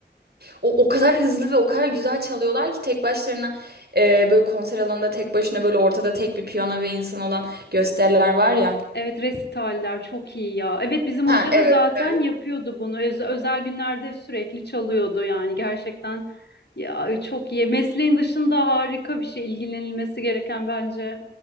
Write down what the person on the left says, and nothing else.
Evet resitaller çok iyi ya. Evet bizim
hoca
da zaten
yapıyordu bunu. Öz- özel günlerde sürekli çalıyordu yani gerçekten ya çok iyi. Mesleğin dışında harika bir şey ilgilenilmesi gereken bence.